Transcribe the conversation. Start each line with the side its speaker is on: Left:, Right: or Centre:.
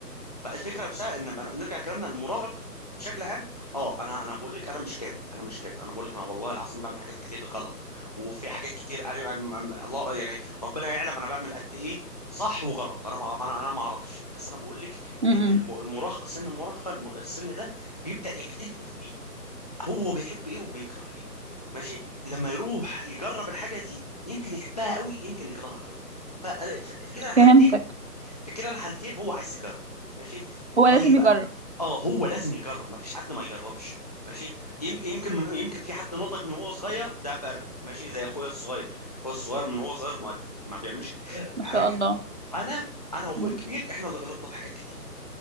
Left: فالفكره نفسها ان بن- نرجع كلامنا للمراهق بشكل عام اه انا انا بقول لك انا مش كامل انا مش كامل انا بقول لك انا والله العظيم بعمل حاجات كتير غلط وفي حاجات كتير انا أم- أم- الله يعني ربنا يعلم انا بعمل قد ايه صح وغلط انا ما انا انا ما اعرفش بس انا بقول لك
Right: م-
Left: ان الم-
Right: م.
Left: المراهقه سن المراهقه الم- السن ده بيبدا يكتشف فيه هو بيحب ايه وبيكره ايه ماشي لما يروح يجرب الحاجه دي يمكن يحبها قوي يمكن يكرهها قوي فأنا- ف- في كده الحالتين
Right: فهمتك
Left: في كلا الحالتين هو عايز يجرب ماشي
Right: هو
Left: طيب
Right: لازم يجرب
Left: اه هو لازم يجرب مفيش حد ما يجربش ماشي يم- يمكن من يمكن في حد نضج من هو صغير ده فرق ماشي زي اخويا الصغير اخويا الصغير من هو صغير مؤدب ما بيعملش
Right: ما
Left: حاجه
Right: شاء الله
Left: انا انا واخويا
Right: مم.
Left: الكبير احنا اللي غلطنا في حاجات كتير